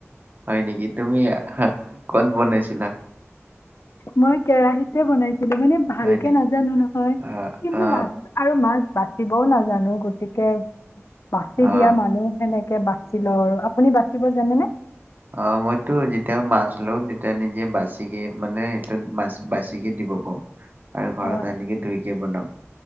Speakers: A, on the right (about 40°); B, on the left (about 70°).
A: হয় নেকি? তুমি কত বনাইছিলা?
B: মই কেৰাহিতে বনাইছিলো মানে ভালকে
A: হয় নেকি
B: নাজানো নহয়,
A: অ
B: কিন্তু
A: অ
B: লাষ্ট আৰু মাছ বাচিবও নাজানো। গতিকে, বাচি
A: অ
B: দিয়া মানুহ সেনেকে বাচি লও আৰু। আপুনি বাচিব জানেনে?
A: অ, মইতো যেতিয়া মাছ লওঁ, তেতিয়া নিজে বাচিকে মানে সেইটোত মাছ বাচিকে দিব কওঁ আৰু ঘৰত
B: অ
A: আনিকে ধুইকে বনাওঁ।